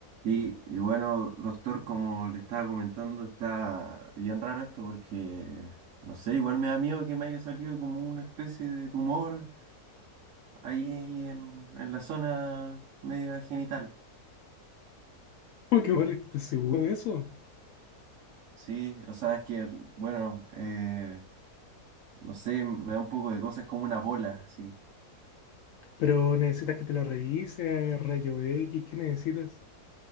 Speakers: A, on the right (about 60°); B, on the left (about 70°).
A: Y, y bueno, doctor, como le estaba comentando, está bien raro esto porque, no sé, igual me da miedo que me haya salido como una especie de tumor ahí en, en la zona media genital.
B: Uy, qué mal, ¿estás seguro de eso?
A: Sí, o sea, es que, el- bueno, eh, no sé, me da un poco de cosas como una bola, sí.
B: Pero necesitas que te la revise, rayo X, ¿qué necesitas?